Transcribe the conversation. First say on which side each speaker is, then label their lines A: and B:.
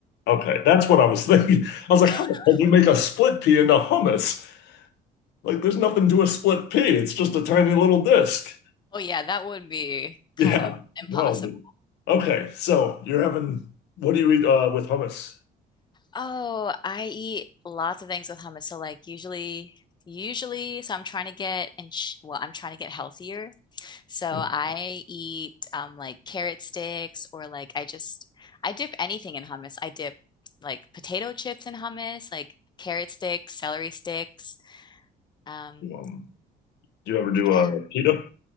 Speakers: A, on the left; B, on the left.
A: Okay, that's what I was <laughs> thinking. I was like,
B: <laughs>
A: how the hell do you make a split pea into hummus? Like, there's nothing to a split pea. It's just a tiny little disc.
B: Oh yeah, that would be
A: Yeah.
B: kind of impossible.
A: No. dude. Okay, so you're having what do you eat uh, with hummus?
B: Oh, I eat lots of things with hummus. So like usually usually so I'm trying to get and sh well, I'm trying to get healthier. So I
A: Hmm,
B: eat um like carrot sticks or like I just I dip anything in hummus. I dip like potato chips in hummus, like carrot sticks, celery sticks. Um
A: Um, do you ever do
B: yeah,
A: uh, pita?